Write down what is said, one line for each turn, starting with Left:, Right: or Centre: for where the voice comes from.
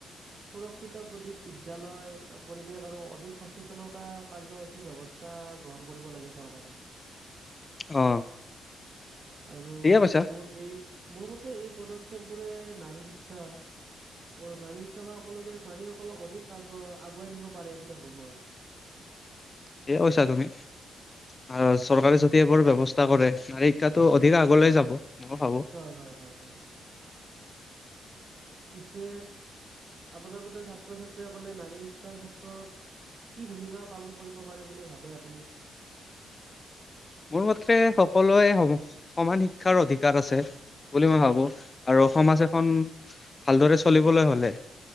Right: সুৰক্ষিত বুধি বিদ্যয়ালয় পৰিৱেশ আৰু অধিক সচেতনতা কাৰ্যসূচীৰ ব্যৱস্থা। এটা গ্ৰহণ কৰিব লাগে চৰকাৰে।
Left: অ।
Right: আৰু
Left: ঠিকে কৈছা
Right: মোৰ এই মোৰ মতে এই পদক্ষেপ বোৰে নাৰী শিক্ষা। অ নাৰী শিক্ষা বা সকলোকে নাৰীসকলক অধিক আগু আগুৱাই নিব পাৰে বুলি ভাবো মই।
Left: কি কৈছা তুমি। আৰু চৰকাৰে যদি এইবোৰ ব্যৱস্থা কৰে নাৰী শিক্ষাটো অধিকে আগলৈ যাব মই ভাবো।
Right: হয় হয় হয় হয় পিছে। আপোনাৰ মতে ছাত্ৰ ছাত্ৰীসকলে নাৰী শিক্ষাৰ ক্ষেত্ৰত। কি ভূমিকা পালন কৰিব পাৰে বুলি ভাবে আপুনি।
Left: মোৰ মতে সকলোৱে সম সমান শিক্ষাৰ অধিকাৰ আছে বুলি মই
Right: উম
Left: ভাবো। আৰু সমাজ এখন ভালদৰে চলিবলৈ হ'লে।